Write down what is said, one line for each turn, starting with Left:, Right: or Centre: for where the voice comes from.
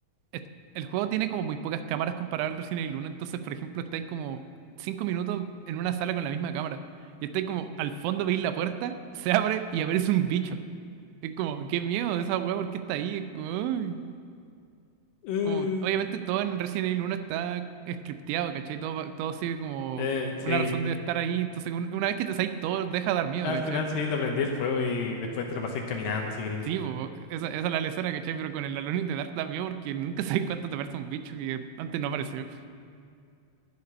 Right: es- el juego tiene como muy pocas cámaras comparado al Resident Evil uno Entonces, por ejemplo, estáis como 5 minutos en una sala con la misma cámara. Y estáis como, al fondo veis la puerta, se abre y aparece un bicho. Es como, qué miedo esa weá, ¿por qué está ahí? Es como, "Ay".
Left: Uh,
Right: como, obviamente todo en Resident Evil uno está scripteado, ¿cachai? Todo, va- todo sigue como
Left: eh, sí,
Right: una razón de estar ahí. Entonces, un- una vez que te salís, todo deja de dar miedo,
Left: al
Right: ¿cachai?
Left: final sí te aprendí el juego y después te lo pasé caminando, así que...
Right: Sí, po, esa, esa es la lesera, ¿cachai? Pero con el Alone in the Dark da miedo porque nunca <laughs> sabes cuánto te parece un bicho que antes no apareció.